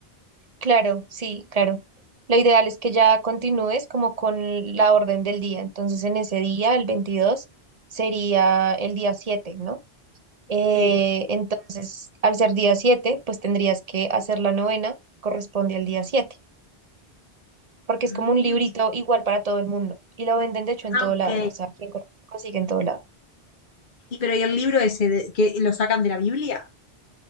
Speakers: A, on the right; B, on the left.
A: Claro, sí, claro. Lo ideal es que ya continúes como con la orden del día. Entonces, en ese día, el 22 sería el día 7, ¿no? Eh,
B: Sí.
A: entonces, al ser día 7, pues tendrías que hacer la novena, corresponde al día 7, porque
B: Ah,
A: es como un librito
B: y-
A: igual para todo el mundo. Y lo venden, de hecho, en
B: ah,
A: todo
B: ok.
A: lado. O sea, quien cons- consigue en todo lado.
B: Y pero ¿y el libro ese de- que lo sacan de la Biblia?